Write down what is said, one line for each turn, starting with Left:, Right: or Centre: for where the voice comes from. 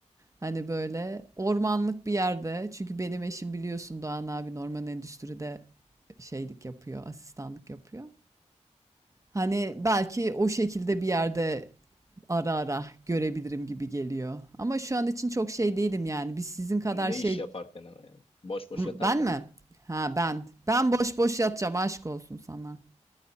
Right: Hani böyle ormanlık bir yerde. Çünkü benim eşim biliyorsun Doğan abi orman endüstride şeylik yapıyor, asistanlık yapıyor. Hani belki o şekilde bir yerde ara ara görebilirim gibi geliyor. Ama şu an için çok şey değilim yani. Biz sizin kadar
Left: Ne
Right: şey...
Left: iş yaparken ama yani? Boş boş
Right: Ben
Left: yatarken
Right: mi?
Left: mi?
Right: Ha ben. Ben boş boş yatacağım aşk olsun sana.